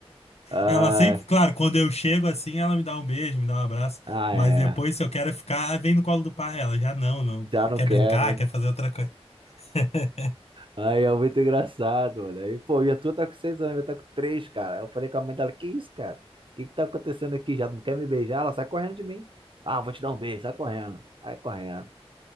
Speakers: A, on the right (about 55°); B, on the left (about 85°).
A: Ah,
B: Ela sempre, claro, quando eu chego assim, ela me dá um beijo, me dá um abraço,
A: ah,
B: mas
A: é.
B: depois se eu quero ficar, ah, vem no colo do pai, ela já não, não
A: Já não
B: quer
A: quer,
B: brincar,
A: né?
B: quer fazer outra coisa. <laughs>
A: Aí é muito engraçado, mano. Aí, pô, e a tua tá com seis anos, eu tá com três, cara. Aí eu falei com a mãe dela, que isso, cara? O que que tá acontecendo aqui? Já não quer me beijar? Ela sai correndo de mim. Ah, vou te dar um beijo, sai correndo. Sai correndo.